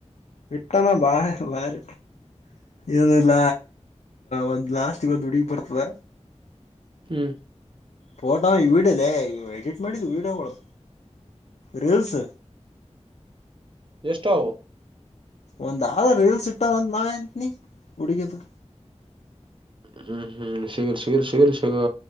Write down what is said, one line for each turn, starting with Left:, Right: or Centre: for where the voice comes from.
Left: ವಿಟ್ಟಣ ಬಾ ಬಾರ ಏನುಲ್ಲ ಒಂದು ಲಾಸ್ ಒಂದು ಉಡಿ ಪರ್ತದ
Right: ಹ್ಮ್
Left: ಫೋಟೋ ಈ ವಿಡಿಯೋಲ್ಲ ಎಡಿಟ್ ಮಾಡಿದ್ದು ವಿಡಿಯೋಗಳು ರೀಲ್ಸ್
Right: ಜ್ಯೇಷ್ಟ್ಠ
Left: ಒಂದ ರೀಲ್ ಸಿಟ್ಟ ನಾಂತನ ಹುಡುಗದ
Right: ಹ್ಮ್ ಹ್ಮ್ ಶೀಗರ್ ಶೀಗರ್ ಶಗರ್ ಶೀಗ